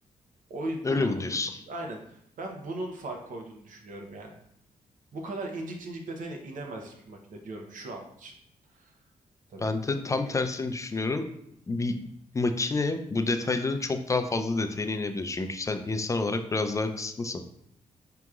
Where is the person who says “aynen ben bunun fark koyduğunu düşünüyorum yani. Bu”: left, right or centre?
Right